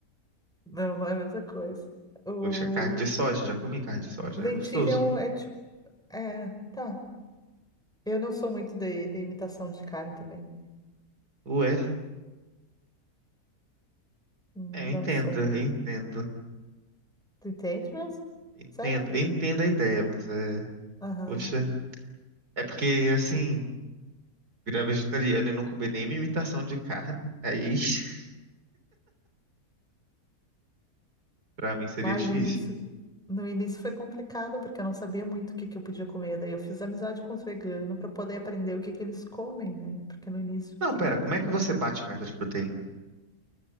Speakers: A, in the centre; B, on the right.
A: Não, não é a mesma coisa. O...
B: Poxa, carne de soja, já comi carne de soja,
A: Lentilha
B: é gostoso.
A: é, um, é tipo. É, tá. Eu não sou muito de, de imitação de carne também.
B: Ué,
A: Não
B: é, eu entendo,
A: sou muito.
B: eu entendo,
A: Tu entende mesmo?
B: entendo,
A: Sério?
B: eu entendo a ideia, mas é,
A: Aham.
B: poxa, é porque assim, virar vegetariano e não comer nenhuma imitação de carne, aí <laughs> pra mim seria
A: Lá
B: difícil.
A: e no início, no início foi complicado, porque eu não sabia muito o que que eu podia comer. Daí eu fiz amizade com os veganos para poder aprender o que que eles comem, né? Porque no início, o
B: Não,
A: que
B: pera,
A: que eu vou
B: como
A: comer?
B: é que você bate meta de proteína?